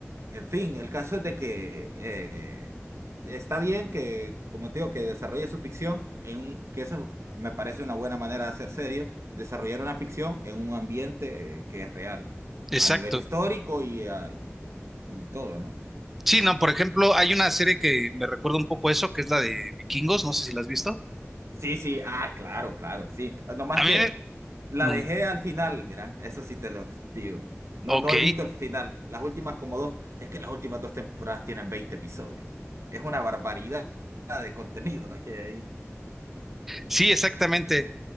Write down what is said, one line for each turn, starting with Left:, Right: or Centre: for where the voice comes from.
Right: En fin, el caso es de que eh, está bien que, como te digo, que desarrolle su ficción en un, que eso me parece una buena manera de hacer serie, desarrollar una ficción en un ambiente eh, que es real,
Centre: exacto.
Right: a nivel histórico y, a- y todo, ¿no?
Centre: Sí, no, por ejemplo, hay una serie que me recuerda un poco eso, que es la de Vikingos, no sé si la has visto.
Right: Sí, sí, ah, claro, claro, sí. Nomás
Centre: A mí,
Right: que
Centre: me-
Right: la
Centre: mm,
Right: dejé al final, mira, eso sí te lo digo. No,
Centre: ok,
Right: no he visto el final. Las últimas como dos, es que las últimas dos temporadas tienen 20 episodios. Es una barbaridad de contenido la que hay ahí.
Centre: sí, exactamente.